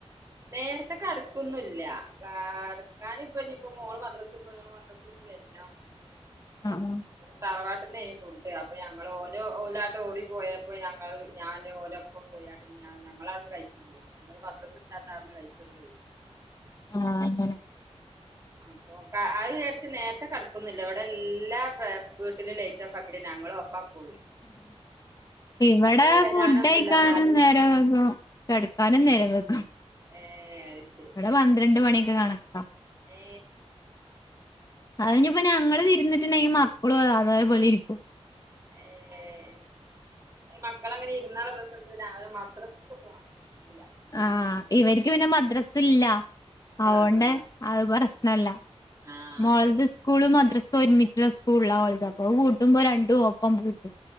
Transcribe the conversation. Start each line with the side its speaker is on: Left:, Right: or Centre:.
Right: നേരത്തെ കട്ക്കൊന്നുംല്ല കാട്ക്കാന് ഇപ്പ ഞ്ഞിപ്പോ മോള് മദ്രസ് പോയാണ് മദ്രസ് ട്ട് വര്നം
Left: ആഹ് ആഹ്
Right: തറവാട്ട്ന്നെയ് ഫുഡ് അപ്പൊ ഞങ്ങള് ഓന് ഓലാട്ട് ഓടി പോയപ്പോ ഞങ്ങള് ഞാന് ഓലൊപ് ഇപ്പം പോയാട്ട് പിന്നെ ഞ ഞങ്ങളാട്ന്ന് കഴിച്ച് പോന്ന് ഞ്ഞി ഓള് മദ്രസ്ട്ടാണ്ട് ആട്ന്ന് കഴിച്ചോണ്ട് വരും
Left: ആ അങ്ങനെ
Right: അപ്പൊ ക അത് ചാര്ച്ച് നേര്ത്തെ കെടക്കുന്നില്ല വ്ടെ എല്ലാ പെ വീട്ട്ലും ലൈറ്റ് ഓഫാക് ക്കിട്ടെ ഞങ്ങള് ഓഫാക്കൊള്ളൂ
Left: ഇവടെ
Right: വരാനൊന്നുല്ല
Left: ഫുഡയ്ക്കാനും
Right: എന്നാലും
Left: നേരം വൈകും കെട്ക്കാനും നേരം വെഗും
Right: ഏ അത് ശരി
Left: പന്ത്രണ്ട് മണിയൊക്കെ കാണക്ക
Right: ഏ
Left: അത്ഞ്പ്പോ ഞങ്ങള് ഇര്ന്ന്ട്ട്ണ്ടെങ്കി മക്കളും അതേ പോലെ ഇരിക്കും
Right: ഏ ഏ ഈ മക്കള് അങ്ങനെ ഇര്ന്നാള്ള പ്രശ്നന്താച്ച രാവിലെ മദ്രസ്ക്ക് പോവാ നീചൂല
Left: ആ ഇവര്ക്ക് പിന്നെ മദ്രസ് ല്ല അതൊണ്ട്
Right: ആ ആ
Left: അത് പ്രശ്നല്ല
Right: ആ
Left: മോൾദ്സ്
Right: അതെ
Left: സ്കൂളും മദ്രസും ഒര്മിച്ചുള്ള സ്കൂൾല ഓൾത് അപ്പൊ അത് പൂട്ടുമ്പോ രണ്ടും ഒപ്പം പൂട്ടും